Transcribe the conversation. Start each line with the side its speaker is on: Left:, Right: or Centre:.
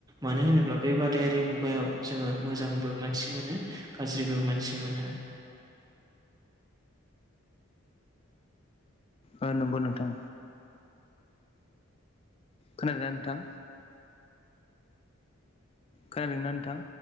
Right: मानो होनोब्ला बे बादायारि मुगायाव जोङो मोजांबो मानसि मोनो गाज्रिबो मानसि मोनो
Left: ओ नंगौ नोंथां खोनादो ना नोंथां खोनादोंना नोंथां?